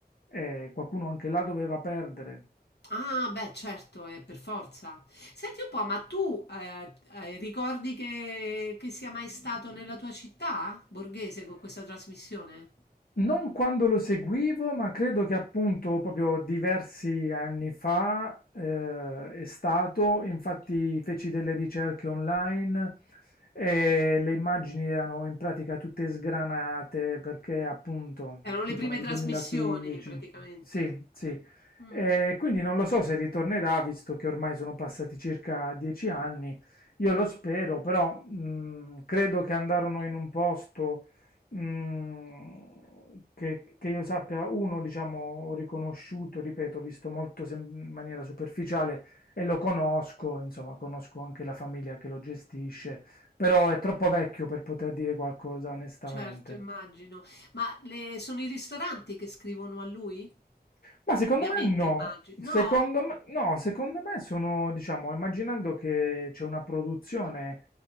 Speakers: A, on the left; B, on the left.
A: e qualcuno anche là doveva perdere.
B: Ah, beh, certo, è per forza. Senti un po', ma tu eh, eh, ricordi che, che sia mai stato nella tua città, Borghese, con questa trasmissione?
A: Non quando lo seguivo, ma credo che appunto proprio diversi anni fa eh, è stato, infatti feci delle ricerche online e le immagini erano in pratica tutte sgranate perché appunto
B: Erano
A: tipo
B: le prime
A: nel
B: trasmissioni,
A: 2015,
B: praticamente.
A: sì, sì,
B: Mm.
A: e quindi non lo so se ritornerà visto che ormai sono passati circa dieci anni, io lo spero, però mm, credo che andarono in un posto Mm, che, che io sappia, uno, diciamo, ho riconosciuto, ripeto, ho visto molto sem- in maniera superficiale e lo conosco, insomma, conosco anche la famiglia che lo gestisce, però è troppo vecchio per poter dire qualcosa onestamente.
B: Certo, immagino. Ma le- sono i ristoranti che scrivono a lui?
A: Ma secondo
B: Ovviamente,
A: me no,
B: immagino.
A: secondo
B: No?
A: me, no, secondo me sono, diciamo, immaginando che c'è una produzione,